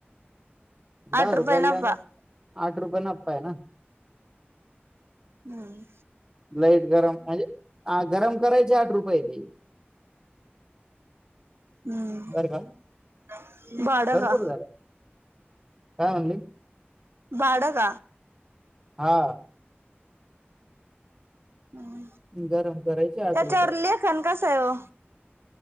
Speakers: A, on the right; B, on the right.
A: दहा
B: आठ रुपये
A: रुपय
B: नफा
A: ल नाही आठ रुपया ना आहे ना
B: हम्म
A: लाईट गरम म्हणजे गधरम करायचे आठ रुपये ते
B: हम्म ह
A: बरं का
B: बाळ
A: भरपूर
B: का
A: झालं काय म्हणली
B: बाडग
A: हा
B: ह
A: गरम करायचे आठ
B: त्याच्यावर
A: रुपये
B: लेखन कस आहे हो ह